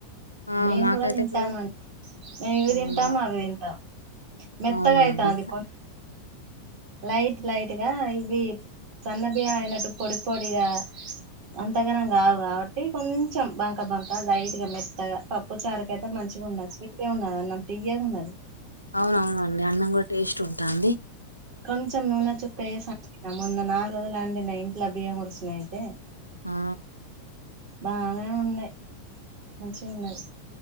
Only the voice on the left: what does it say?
ఆ
మాకైతే
ఇప్పుడు
అవునా
అవునా
అండి
అవునవునండి అన్నం కూడా టేస్ట్ ఉంటాంది
ఆ